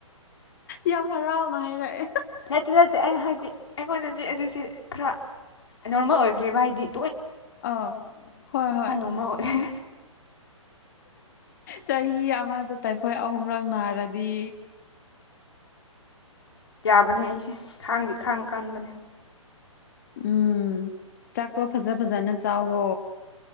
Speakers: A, on the left; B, on the left.
A: ꯌꯥꯝ ꯍꯔꯥꯎꯅ ꯍꯥꯏꯔꯛꯑꯦ
B: ꯅꯠꯇꯦ ꯅꯠꯇꯦ ꯑꯩꯅ ꯍꯥꯏꯗꯤ ꯑꯩꯉꯣꯟꯗꯗꯤ ꯑꯗꯨꯁꯤ ꯈꯔ ꯅꯣꯔꯃꯦꯜ ꯑꯣꯏ ꯈꯔꯦꯕ ꯍꯥꯢꯗꯤ
A: ꯑ ꯍꯣꯏ ꯍꯣꯏ
B: ꯅꯣꯔꯃꯦꯜ ꯑꯣꯏ
A: ꯆꯍꯤ ꯑꯃꯗ ꯇꯥꯏꯐꯣꯏ ꯑꯍꯨꯝꯔꯛ ꯅꯥꯔꯗꯤ
B: ꯌꯥꯕꯅꯦ ꯑꯩꯁꯦ ꯈꯥꯡꯗꯤ ꯈꯥꯡ ꯀꯟꯕꯅꯦ
A: ꯎꯝ ꯆꯥꯛꯇꯣ ꯐꯖ ꯐꯖꯅ ꯆꯥꯎꯋꯣ